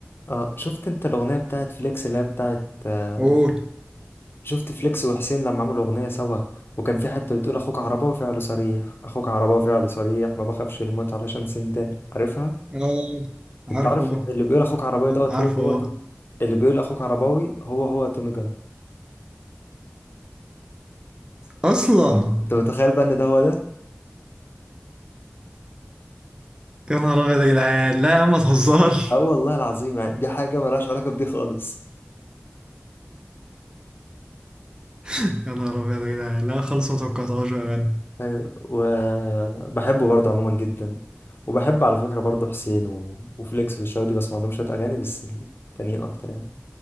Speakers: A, on the left; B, on the right.
A: اه شفت انت الاغنيه بتاعت فليكس اللي هي بتاعت آه،
B: قول
A: شفت فليكس وحسين لما عملوا أغنية سوا وكان في حتة بتقول أخوك عرباوي فعله صريح أخوك عرباوي فعله صريح ما بخافش الموت علشان سندان عارفها؟
B: اه عارفه
A: أنت عارف إن اللي بيقول أخوك عرباوي
B: آه،
A: دوت
B: عارفه
A: هو هو
B: آه.
A: توم- اللي بيقول أخوك عرباوي هو هو تومي جان
B: اصلا
A: أنت متخيل بقى إن ده هو ده؟
B: يا نهار ابيض يا جدعان لا يا عم ما تهزرش
A: أه والله العظيم يعني دي حاجة ملهاش علاقة بدي خالص
B: <laughs> يا نهار ابيض يا جدعان لا خالص ما توقعتهاش بامانه
A: أيوة وبحبه برضه عموما جدا وبحب على فكرة برضه حسين و... وفليكس والشباب دي بسمع لهم شوية أغاني بس التانيين أكتر يعني